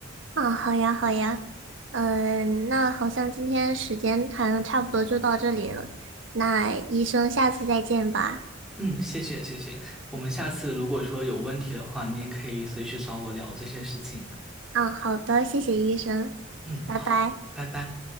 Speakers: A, on the right; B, in the centre.
A: 啊，好呀，好呀。嗯，那好像今天时间谈的差不多就到这里了。那医生，下次再见吧。
B: 嗯，谢谢谢谢。我们下次如果说有问题的话，你也可以随时找我聊这些事情。
A: 嗯，好的，谢谢医生，
B: 嗯，好，
A: 拜拜。
B: 拜拜。